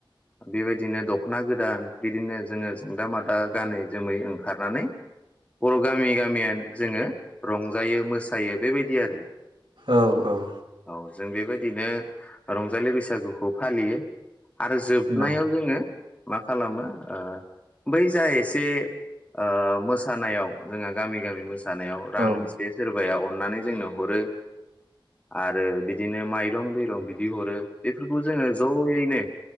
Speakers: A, on the left; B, on the right.
A: बेबायदिनो दख'ना गोदान बिदिनो जोङो जोंदा मादा गानै जोमै ओंखारनानै बर' गामि गामियानो जोङो रंजायो मोसायो बेबायदि आरो
B: औ औ
A: औ जों बेबायदिनो रंजालि बैसागुखौ फालियो । आरो जोबनायाव
B: नंगौ
A: जोङो मा खालामो ओ बै जा एसे ओ मोसानायाव जोंहा गामि गामि मोसा जानायाव रां
B: औ औ
A: एसे सोर बाया अननानै जोंनो हरो । आरो बिदिनो माइरं दैरं बिदि हरो बेफोरखौ जोङो जयैनो